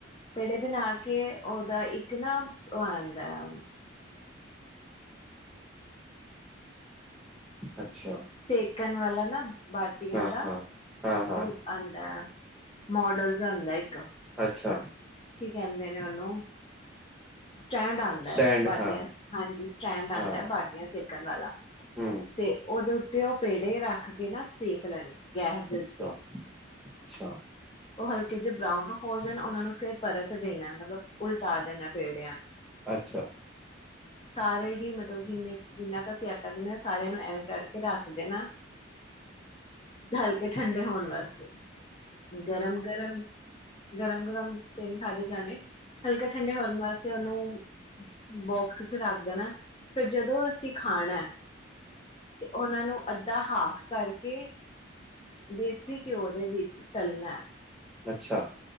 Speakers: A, on the left (about 25°); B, in the centre.
A: ਪੇੜੇ ਬਣਾ ਕੇ ਉਹਦਾ ਇੱਕ ਨਾ ਉਹ ਆਉਂਦਾ ਐ।
B: ਅੱਛਾ
A: ਸੇਕਣ ਵਾਲਾ ਹਨਾਂ। ਬਾਟੀਆਂ
B: ਹਾਂ
A: ਦਾ।
B: ਹਾਂ ਹਾਂ ਹਾਂ
A: ਉਹ ਆਉਂਦਾ। ਮੋਡਲ ਆਉਦਾ ਇੱਕ।
B: ਅੱਛਾ।
A: ਕੀ ਕਹਿੰਦੇ ਨੇ ਉਹਨੂੰ। ਸਟੈਂਡ ਆਉਂਦਾ
B: ਸਟੈਂਡ
A: ਐ, ਬਾਟੀਆਂ
B: ਹਾਂ
A: ਹਾਂਜੀ ਸਟੈਂਡ ਆਉਂਦਾ
B: ਹਾਂ
A: ਐ, ਬਾਟੀਆਂ ਸੇਕਣ ਵਾਲਾ
B: ਹਮ
A: ਤੇ ਉਹਦੇ ਉਹ ਤੇ ਉਹ ਪੇੜੇ ਰੱਖ ਕੇ ਨਾ ਸੇਕ ਲੈਣੇ ਗੈਸ ਦੇ
B: ਅੱਛਾ
A: ਉੱਤੇ
B: ਅੱਛਾ।
A: ਉਹ ਹਲਕੇ ਜਿਹੇ ਬਰਾਊਨ ਹੋ ਜਾਣ ਉਹਨਾਂ ਨੂੰ ਫਿਰ ਪਰਤ ਦੇਣਾ ਮਤਲਬ ਉਲਟਾ ਦੇਣਾ ਪੇੜਿਆਂ ਨੂੰ।
B: ਅੱਛਾ।
A: ਸਾਰੇ ਹੀ ਮਤਲਬ ਜਿੰਨੇ ਜਿੰਨਾ ਕੁ ਅਸੀਂ ਆਟਾ ਗੁੰਨਿਆ, ਸਾਰਿਆਂ ਨੂੰ ਐਵੇਂ ਕਰਕੇ ਰੱਖ ਦੇਣਾ, ਹਲਕੇ ਠੰਡੇ ਹੋਣ ਵਾਸਤੇ। ਗਰਮ-ਗਰਮ ਗਰਮ-ਗਰਮ ਤੇ ਨਹੀਂ ਖਾਦੇ ਜਾਣੇ। ਹਲਕੇ ਠੰਡੇ ਹੋਰਨ ਵਾਸਤੇ ਉਹਨੂੰ ਬਹੁਤ ਬਸ ਚ ਰੱਖਦੇ ਨਾ। ਫਿਰ ਜਦੋਂ ਅਸੀਂ ਖਾਣਾ ਤੇ ਉਹਨਾਂ ਨੂੰ ਅੱਧਾ ਹਾਫ ਕਰਕੇ। ਦੇਸੀ ਘਿਓ ਦੇ ਵਿੱਚ ਤਲਣਾ।
B: ਅੱਛਾ।